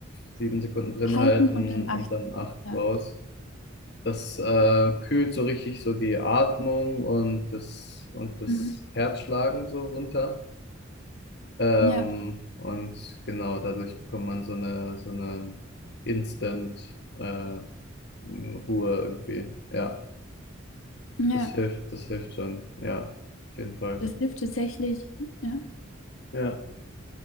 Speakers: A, on the left; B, on the left.
A: sieben Sekunden drin
B: halten
A: halten
B: und dann achten.
A: und dann acht
B: Ja,
A: raus. Das äh, kühlt so richtig so die Atmung und das, und das
B: mhm.
A: Herzschlagen so runter. Ähm,
B: ja,
A: und genau dadurch bekommt man so eine, so eine Instant äh, Ruhe irgendwie. Ja,
B: ja.
A: das hilft, das hilft schon. Ja, auf jeden Fall.
B: Das hilft tatsächlich, ja,
A: Ja,